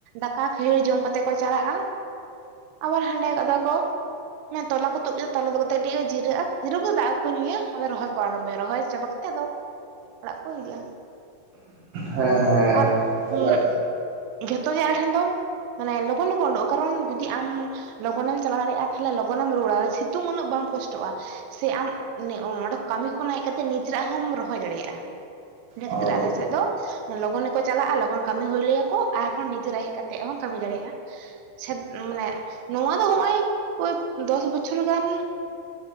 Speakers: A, on the right; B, on the right.
A: ᱫᱟᱠᱟ ᱠᱷᱟᱹᱡᱟᱹᱲᱤ ᱡᱚᱢ ᱠᱟᱛᱮ ᱠᱚ ᱪᱟᱞᱟᱜᱼᱟ᱾ ᱟᱵᱟᱨ ᱦᱟᱸᱰᱮ ᱠᱟᱫᱟ ᱠᱚ ᱛᱚᱞᱟ ᱠᱚ ᱛᱩᱫ ᱠᱮᱫᱟ ᱛᱚᱞᱟ ᱫᱚᱼᱼ ᱠᱟᱹᱴᱤᱡ ᱠᱚ ᱡᱤᱨᱟᱹᱜᱼᱟ ᱡᱤᱨᱟᱹ ᱵᱚᱞᱛᱮ ᱫᱟᱜ ᱠᱚᱠᱚ ᱧᱩᱭᱟ ᱟᱫᱚ ᱨᱚᱦᱚᱭ ᱠᱚ ᱟᱨᱚᱢᱵᱚᱭᱟ ᱨᱚᱦᱚᱭ ᱪᱟᱵᱟ ᱠᱟᱛᱮᱜ ᱟᱫᱚᱼᱼ ᱚᱲᱟᱜ ᱠᱚ ᱦᱤᱡᱩᱜᱼᱟ᱾
B: ᱦᱮᱸ ᱦᱮᱸ᱾
A: ᱟᱨ
B: ᱛᱟᱦᱚᱞᱮ
A: ᱩᱸ ᱡᱷᱚᱛᱚ ᱜᱮ ᱟᱞᱮ ᱴᱷᱮᱱ ᱫᱚ ᱢᱟᱱᱮ ᱞᱚᱜᱚᱱ ᱞᱚᱜᱚᱱ ᱩᱰᱩᱠᱚᱜᱼᱟ ᱠᱟᱨᱚᱱ ᱡᱩᱫᱤ ᱟᱢᱼᱼ ᱞᱚᱜᱚᱱᱮᱢ ᱪᱟᱞᱟ ᱫᱟᱲᱮᱜᱼᱟ ᱛᱟᱦᱞᱮ ᱞᱚᱜᱚᱱᱮᱢ ᱨᱩᱣᱟᱹᱲᱟ ᱥᱤᱛᱩᱝ ᱩᱱᱟᱹᱜ ᱵᱟᱢ ᱠᱚᱥᱴᱚᱜᱼᱟ ᱥᱮ ᱟᱢᱼᱼ ᱚᱸᱰᱮ ᱠᱟᱹᱢᱤ ᱠᱷᱚᱱ ᱦᱮᱡ ᱠᱟᱛᱮᱜ ᱱᱤᱡᱮᱨᱟᱜ ᱦᱚᱢ ᱨᱚᱦᱚᱭ ᱫᱟᱲᱮᱜᱼᱟ᱾ ᱤᱱᱟᱹ
B: ᱚ
A: ᱠᱷᱟᱹᱛᱤᱨ ᱟᱞᱮ ᱥᱮᱫ ᱫᱚ ᱞᱚᱜᱚᱱ ᱜᱮᱠᱚ ᱪᱟᱞᱟᱜᱼᱟ ᱞᱚᱜᱚᱱᱼᱼ ᱠᱟᱢᱤ ᱦᱩᱭ ᱞᱮᱜᱮ ᱠᱚ ᱟᱨᱦᱚᱸ ᱱᱤᱡᱮᱨᱟᱜ ᱦᱮᱡ ᱠᱟᱛᱮ ᱦᱚᱸ ᱠᱟᱹᱢᱤ ᱫᱟᱲᱮᱜᱼᱟ᱾ ᱥᱮᱼᱼ ᱢᱟᱱᱮ ᱱᱚᱣᱟ ᱫᱚ ᱦᱚᱸᱜᱚᱭ ᱳᱭ ᱫᱚᱥ ᱵᱚᱪᱷᱚᱨ ᱜᱟᱱᱼᱼ